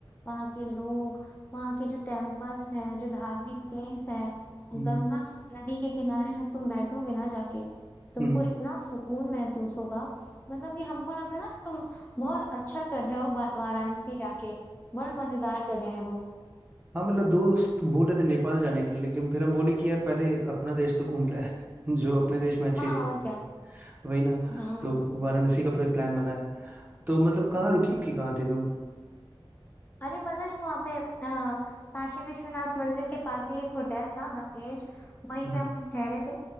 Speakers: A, on the left; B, on the right.
A: वहाँ के लोग वहाँ के जो टेम्पल्स हैं जो धार्मिक प्लेस है
B: हम्म
A: गंगा नदी के किनारे जब तुम बैठोगे ना जाके तुमको
B: हम्म
A: इतना सुकून महसूस होगा मतलब ये हमको लग रहा है ना कि तुम बहुत अच्छा कर रहे हो वा- वाराणसी जाके बड़ा मजेदार जगह है वो
B: हाँ मतलब दोस्त बोले थे नेपाल जाने के लिए लेकिन फिर हम बोले कि यार पहले अपना देश तो घूम ले <laughs> जो अपने देश में अच्छी
A: हाँ
B: अच्छी जगह
A: और क्या
B: है वही ना
A: हाँ
B: तो वाराणसी का फिर प्लान बना है तो मतलब कहाँ
A: हाँ
B: रुकी उकी कहाँ थी तुम
A: अरे पता है वहाँ पे अ, काशी विश्वनाथ मंदिर के पास ही एक होटल था गंगेज वहीं
B: हम्म
A: पे हम लोग ठहरे थे